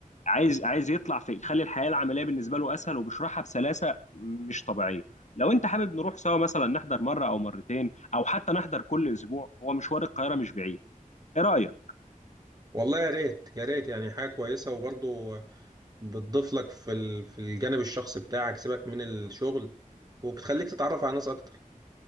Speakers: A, on the left; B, on the right.
A: عايز عايز يطلع في يخلي الحياه العمليه بالنسبه له اسهل وبيشرحها بسلاسه مش طبيعيه لو انت حابب نروح سوا مثلا نحضر مره او مرتين او حتى نحضر كل اسبوع هو مشوار القاهره مش بعيد ايه رايك
B: والله يا ريت يا ريت يعني حاجه كويسه وبرضه بتضيف لك في ال- في الجانب الشخصي بتاعك سيبك من الشغل وبتخليك تتعرف على ناس اكتر